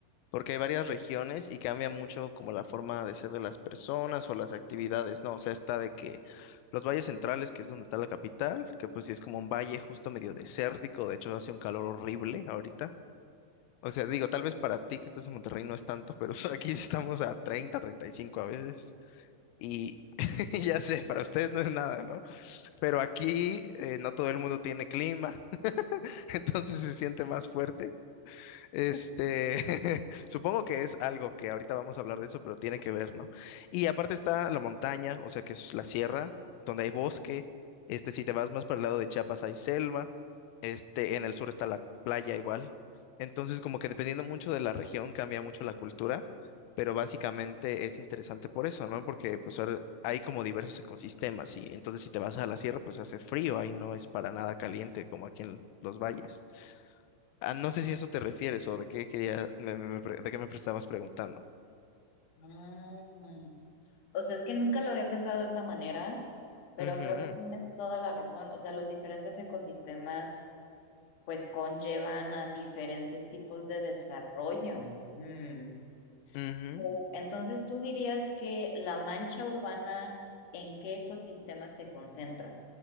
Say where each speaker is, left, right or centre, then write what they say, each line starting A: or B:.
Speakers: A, on the left; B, on the left.
A: porque hay varias regiones y cambia mucho como la forma de ser de las personas o las actividades, ¿no? O sea, está de que los valles centrales, que es donde está la capital, que pues sí es como un valle justo medio desértico, de hecho hace un calor horrible ahorita. O sea, digo, tal vez para ti que estás en Monterrey no es tanto, pero <laughs> aquí estamos a 30, 35 a veces. Y <laughs> ya sé, para ustedes no es nada, ¿no? Pero aquí eh, no todo el mundo tiene clima, <laughs> entonces se siente más fuerte. Este, <laughs> supongo que es algo que ahorita vamos a hablar de eso, pero tiene que ver, ¿no? Y aparte está la montaña, o sea, que es la sierra, donde hay bosque. Este, si te vas más para el lado de Chiapas hay selva. Este, en el sur está la playa igual. Entonces, como que dependiendo mucho de la región cambia mucho la cultura, pero básicamente es interesante por eso, ¿no? Porque pues ahora hay como diversos ecosistemas y entonces si te vas a la sierra, pues hace frío, ahí no es para nada caliente como aquí en los valles. Ah, no sé si a eso te refieres o de qué quería, me- me- me pre- de qué me estabas preguntando.
B: Ah, O sea, es que nunca lo había pensado de esa manera, pero
A: Ujú,
B: creo que tienes toda la razón. O sea, los diferentes ecosistemas pues conllevan a diferentes tipos de desarrollo. Mm.
A: ujú.
B: O- Entonces, ¿tú dirías que la mancha urbana en qué ecosistemas se concentran?